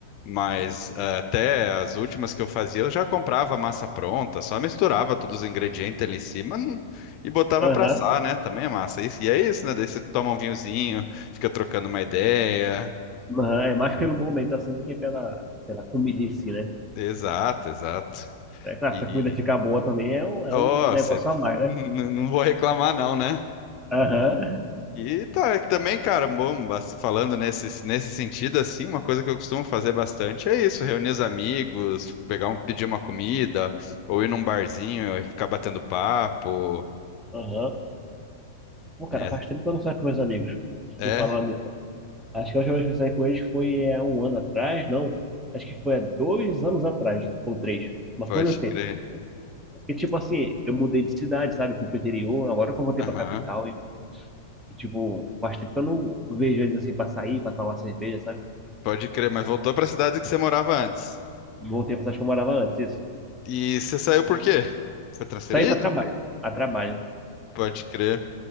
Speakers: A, on the left; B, in the centre.
A: Mas ah, até as últimas que eu fazia, eu já comprava a massa pronta, só misturava todos os ingredientes ali em cima hum, e botava
B: aham,
A: pra assar, né? Também a massa. Isso, e é isso, né? Daí você toma um vinhozinho, fica trocando uma ideia.
B: aham. É mais pelo momento assim do que pela, pela comida em si, né?
A: Exato, exato.
B: É claro,
A: E,
B: se a comida ficar boa também é um, é
A: ó,
B: um negócio
A: cê-
B: a mais,
A: <laughs>
B: né?
A: n- não vou reclamar não, né?
B: Aham,
A: E tá, também, cara, bom, bas- falando nesse, nesse sentido, assim, uma coisa que eu costumo fazer bastante é isso, reunir os amigos, pegar um, pedir uma comida, ou ir num barzinho e ficar batendo papo,
B: <laughs> aham. Pô, cara,
A: né?
B: faz tempo que eu não saio com meus amigos.
A: É,
B: Vou falar nisso. Acho que a última vez que eu saí com eles foi há um ano atrás, não. Acho que foi há dois anos atrás, ou três. Uma
A: pode
B: coisa assim.
A: crer.
B: Porque, tipo assim, eu mudei de cidade, sabe? Eu fui pro interior, agora que eu voltei
A: Aham,
B: pra capital e, e, tipo, faz tempo que eu não vejo eles assim pra sair, pra tomar uma cerveja, sabe?
A: pode crer, mas voltou pra cidade que você morava antes.
B: Voltei pra cidade que eu morava antes, isso.
A: E você saiu por quê? Foi transferido?
B: Saí pra trabalho, a trabalho.
A: Pode crer.